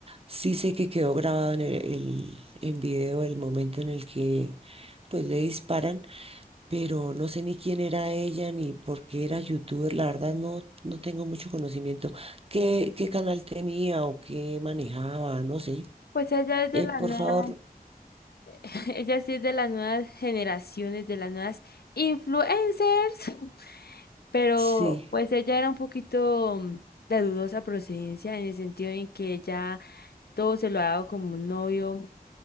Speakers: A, on the right; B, on the left.
A: Sí sé que quedó grabado en el, el- en video el momento en el que pues le disparan, pero no sé ni quién era ella ni por qué era youtuber. La verdad no, no tengo mucho conocimiento. ¿Qué, qué canal tenía o qué manejaba? No sé.
B: Pues ella es de
A: Eh,
B: la
A: por
B: nueva,
A: favor,
B: <laughs> ella sí es de las nuevas generaciones, de las nuevas influencers, <laughs> pero
A: sí,
B: pues ella era un poquito mm, de dudosa procedencia en el sentido en que ella todo se lo ha dado como un novio